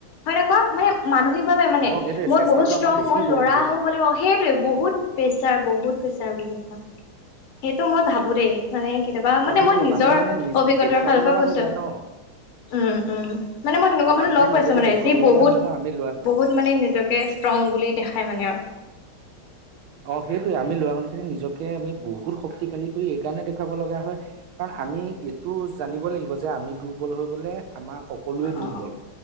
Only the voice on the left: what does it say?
হয়নে কোৱা মানসিক মানে
মই
বহুত ষ্ট্ৰং
মই
ল'ৰা
হ'ব লাগিব সেইটয়ে বহুত প্ৰেচাৰ বহুত সেইটো মই ভাবো দেই মানে। বা মানে
মই নিজৰ
অভিজ্ঞতাৰ
ফালৰ পৰা
কৈছো।
উম উম মানে মই তেনেকুৱা
মানুহ
লগ পাইছো
মানে
যি বহুত
বহুত মানে নিজকে, ষ্ট্ৰং বুলি দেখায় মানে আৰু
অ